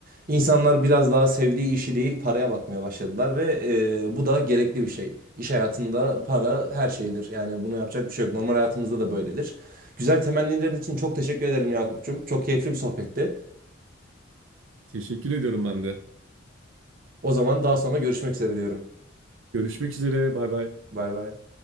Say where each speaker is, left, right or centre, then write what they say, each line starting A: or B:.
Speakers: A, on the right; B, on the right.
A: İnsanlar biraz daha sevdiği işi değil paraya bakmaya başladılar ve e, bu da gerekli bir şey. İş hayatında para her şeydir. Yani bunu yapacak bir şey yok. Normal hayatımızda da böyledir. Güzel temennilerin için çok teşekkür ederim Yakup'cum. Çok keyifli bir sohbetti.
B: Teşekkür ediyorum ben de.
A: O zaman daha sonra görüşmek üzere diyorum.
B: Görüşmek üzere. Bay bay.
A: Bay bay.